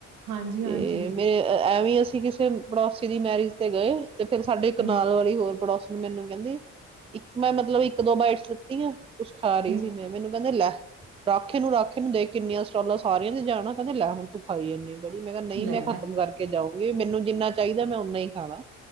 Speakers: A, on the right (about 85°); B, on the right (about 20°).
A: ਹਾਂਜੀ ਹਾਂਜੀ
B: ਤੇ ਮੇਰੇ ਐਵੇਂ ਅ <unintelligible> ਪੜੋਸੀ ਦੀ ਮੈਰਿਜ ਤੇ ਗਏ ਤੇ ਫੇਰ ਸਾਡੇ ਇਕ ਨਾਲ
A: ਹਮ
B: ਵਾਲੀ ਹੋਰ ਪੜੋਸ ਮੈਨੂੰ ਕਹਿੰਦੀ ਇੱਕ ਮੈਂ ਮਤਲਬ ਇੱਕ ਦੋ ਬਾਈਟਸ ਲਿਤੀ ਕੁਛ ਖਾ ਰਹੀ
A: ਹਮ
B: ਸੀ ਮੈਂ ਮੈਨੂੰ ਕਹਿੰਦਾ ਲੈ ਰੱਖ ਇਨੂੰ ਰਾਖੇ ਇਨੂੰ ਦੇ ਕੇ ਕਿੰਨੀਆਂ ਸਟਾਲਾਂ ਸਾਰੀਆਂ ਦੇ ਜਾਣਾ ਕਹਿੰਦੇ ਲੈ ਹੁਣ ਤੂੰ ਖਾਈ ਜਾਂਦੀੇ ਐ ਖੜੀ ਮੈਂ ਕਿਹਾ ਨਹੀਂ
A: ਲੈ
B: ਮੈਂ ਖਤਮ ਕਰਕੇ ਜਾਓ ਮੈਨੂੰ ਜਿੰਨਾ ਚਾਹੀਦਾ ਮੈਂ ਉਨਾ ਹੀ ਖਾਣਾ ਐ